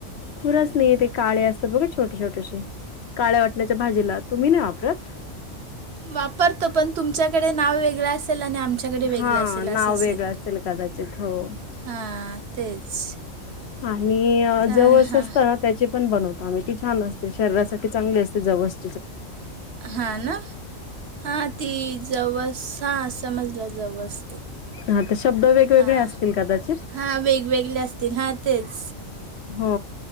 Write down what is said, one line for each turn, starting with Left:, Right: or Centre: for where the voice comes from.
Left: खुरसने ते काळे असतात बघा छोटे छोटेसे. काळ्या वाटण्याच्या भाजीला तुम्ही नाही वापरत.
Right: वापरतो पण तुमच्याकडे नाव वेगळं असेल आणि आमच्या कडे. आमच्याकडे वेगळ
Left: हा
Right: असेल
Left: नाव
Right: अस असेल
Left: वेगळं कदाचित हो
Right: हा तेच.
Left: आम्ही
Right: तर
Left: जवस
Right: हां
Left: असतात. त्याची पण बनवतो आम्ही ती छान असते शरीरासाठी चांगली असते जवस.
Right: हांन हां ती जवस. हा समजल जवस ते.
Left: हा ते शब्द वेगवेगळे
Right: हां
Left: असतील कादाचित.
Right: हां वेगवेगळे असतील हां तेच
Left: हो